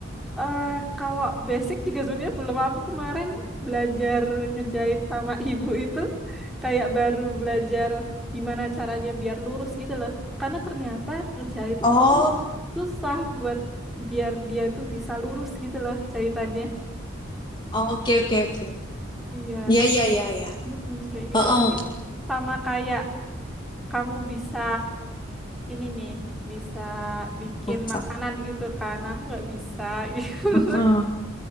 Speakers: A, in the centre; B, on the left (about 25°).
A: Eh, kalau basic juga sebenarnya belum aku kemarin belajar ngejahit sama <laughs> ibu itu kayak baru belajar gimana caranya biar lurus gitu loh. Karena ternyata ngejahit
B: Oh,
A: itu tuh susah buat biar dia tuh bisa lurus gitu loh jahitannya.
B: oke oke oke.
A: Iya,
B: ya ya ya ya
A: mm-mm, kayak gitu
B: Heeh,
A: mungkin sama kayak kamu bisa ini nih bisa bikin
B: masak.
A: makanan gitu kan. Aku nggak bisa. <laughs>
B: Heeh.